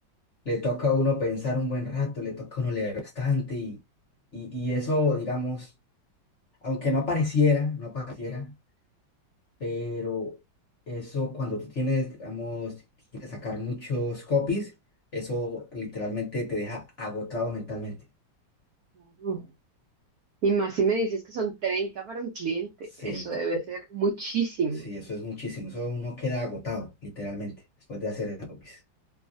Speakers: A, on the left (about 45°); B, on the right (about 70°).
A: le toca a uno pensar un buen rato, le toca a uno leer bastante y, y, y eso, digamos, aunque no pareciera, no pareciera, pero eso cuando tú tienes, digamos, tienes que sacar muchos copies, eso literalmente te deja agotado mentalmente.
B: Claro. Y más si me dices que son 30 para un cliente,
A: Sí,
B: eso debe ser muchísimo.
A: sí, eso es muchísimo, eso uno queda agotado, literalmente, después de hacer esos copies.